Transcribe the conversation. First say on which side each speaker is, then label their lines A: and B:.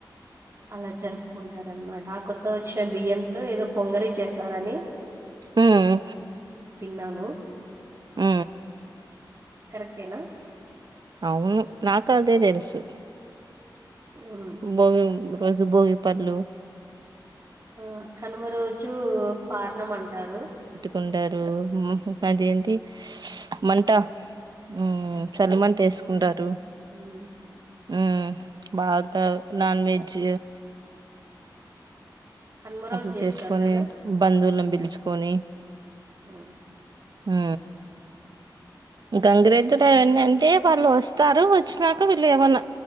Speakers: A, on the right (about 45°); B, on the right (about 60°).
A: అలా జరుపుకుంటారు అన్నమాట ఆ కొత్త వచ్చిన బియ్యంతో ఏదో పొంగలి చేస్తారని
B: హ్మ్.
A: విన్నాను
B: ఆ
A: కరెక్టేనా
B: అవును నాకు అదే తెలుసు
A: ఉమ్.
B: బంగ్ రోజు భోగి పర్లు
A: ఆ కనుమ రోజు పారణం అంటారు
B: కుండారు అది ఏంటి అంతా ఊ చలిమంట ఎసుకుంటారు
A: ఉమ్ ఉమ్.
B: ఉ బాగ్ అయ్ నాన్ వెెజ్
A: కనుమ రోజు
B: అట్లా
A: చేస్తారు
B: చేసుకొని
A: కదా
B: బంధువులను పిలుచుకొని
A: ఆ
B: హ గంగిరేద్దులు ఏంది అంటే వాళ్ళు వస్తారు వచ్చినాక వీళ్ళు ఏమన్నా